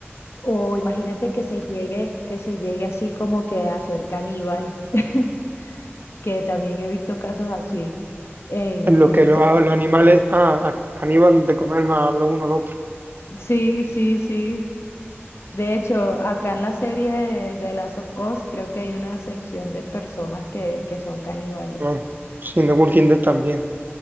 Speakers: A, on the left; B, on the right.
A: O imagínate que se llegue, que se llegue así como que a ser caníbal, <laughs> que también he visto casos así en,
B: En lo
A: en
B: que los,
A: se-
B: los animales, ah, a- caníbal de comer a lo uno al otro.
A: Sí, sí, sí. De hecho, acá en la serie del de Last of Us, creo que hay una sección de personas que, que son caníbales.
B: No, sí, en The Walking Dead también.